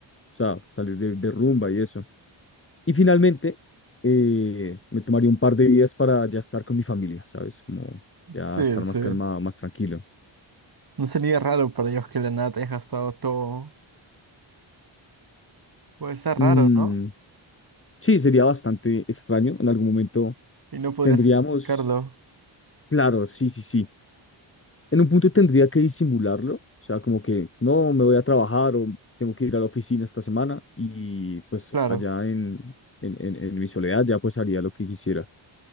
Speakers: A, on the left (about 25°); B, on the right (about 50°).
A: o sea, salir de, de rumba y eso. Y finalmente, eh, me tomaría un par de días para ya estar con mi familia, ¿sabes? Como ya
B: Sí,
A: estar
B: sí.
A: más calmado, más tranquilo.
B: No sería raro para ellos que de la nada te hayas gastado todo. Puede ser raro,
A: Mm,
B: ¿no?
A: sí, sería bastante extraño. En algún momento
B: Y no podrías
A: tendríamos,
B: justificarlo.
A: claro, sí, sí, sí. En un punto tendría que disimularlo, o sea, como que no me voy a trabajar o tengo que ir a la oficina esta semana y pues
B: Claro.
A: allá en, en, en, en mi soledad ya pues haría lo que quisiera.